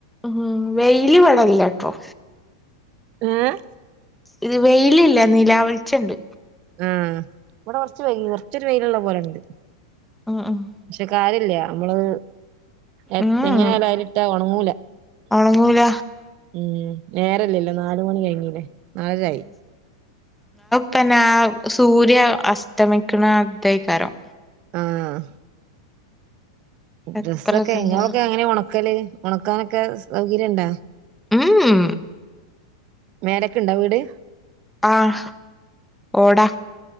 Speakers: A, in the centre; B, on the right.
A: ഉം വെയില് ഇവടെ ഇലട്ടോ?
B: ആഹ്
A: ഇത് വെയിലില്ല നിലാ വെളിച്ചണ്ട്.
B: ആ ഇവിടെ കുറച്ച് വയ് കുറച്ചൊരു വെയില് ള്ള പോലെ ഉണ്ട്.
A: ആഹ് ആഹ്
B: പക്ഷെ, കാര്യല്ല നമ്മള്. എ
A: ഉം
B: എങ്ങനായാലും അയ്‌ലിട്ട ഒണങ്ങൂല.
A: ഒണങ്ങൂല
B: ഉം നേരല്ല ല്ലോ? നാല് മണി കഴിഞ്ഞി ല്ലേ? നാലരായി.
A: പിന്നെ, ആഹ് സൂര്യ അസ്തമിക്കണ ആഹ് ഇതായി കാരം.
B: ആഹ്
A: എത്ര
B: ഡ്രസ്സൊക്കെ
A: ഇതുണ്ടാവും
B: ഇങ്ങളൊക്കെ എങ്ങനെ ഉണക്കല്. ഉണക്കാനൊക്കെ സൗകര്യം ണ്ടാ.
A: <unintelligible>
B: മേലക്ക് ണ്ട വീട്.
A: ആഹ്, ഓടാ